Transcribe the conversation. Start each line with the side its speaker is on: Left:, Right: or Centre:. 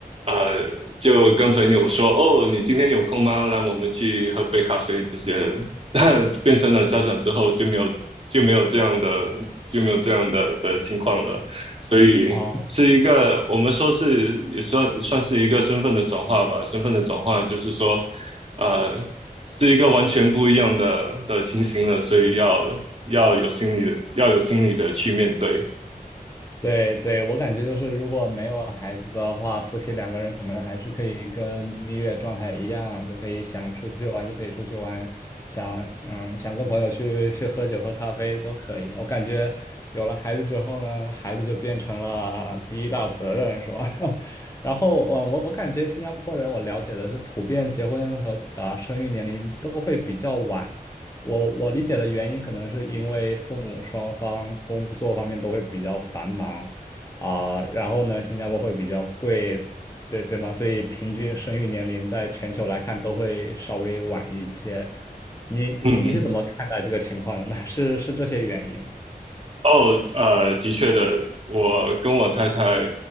Right: 呃就跟朋友说哦，你今天有空吗？来，我们去喝杯咖啡这些。<laughs> 变成了家长之后，就没有就没有这样的就没有这样的的情况了。所以是一个我们说是也算算是一个身份的转化吧。
Left: 哦
Right: 身份的转化就是说，呃，是一个完全不一样的的情形了，所以要要有心理的，要有心理的去面对。
Left: 对对，我感觉就是，如果没有孩子的话，夫妻两个人可能还是可以跟蜜月状态一样，就可以想出去玩就可以出去玩，想想想跟朋友去去喝酒喝咖啡都可以。我感觉有了孩子之后呢，孩子就变成了第一大责任，是吧？<laughs> 然后我我我感觉新加坡人，我了解的是，普遍结婚和啊、生育年龄都会比较晚。我我理解的原因，可能是因为父母双方工作方面都会比较繁忙，啊、然后呢，新加坡会比较贵，对对吗？所以平均生育年龄在全球来看都会稍微晚一些。你你你是怎么看待这个情况的呢？
Right: 嗯
Left: <laughs> 是是这些原因
Right: 哦，呃，的确的，我跟我太太